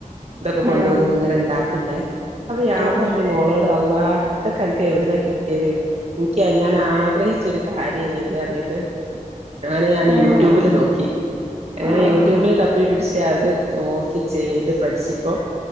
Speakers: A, on the right; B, on the right.
A: ഇതൊക്കെ കൊണ്ടുവന്ന്
B: ആഹ്
A: ഇങ്ങനെ ഉണ്ടാക്ക്ണ്ടേ. അപ്പൊ ഞാൻ
B: ആഹ്
A: പറഞ്ഞു മോളോട് അള്ളാ!. ഇതൊക്കെ അന്ക്ക് എവിടുന്നാ കിട്ടിയത്. എനിക്കാ ഞാൻ ആഗ്രഹിച്ചൊരു കാര്യംനി ഇത് അറഞ്ഞിട്ട് ആനെ ഞാന്
B: ഓഹ്
A: യൂട്യൂബില് നോക്കി അങ്ങനെ
B: ആഹ്
A: യൂട്യൂബില് തപ്പി പിടിച്ച അത് നോക്കി ചെയ്ത് പഠിച്ചിപ്പോ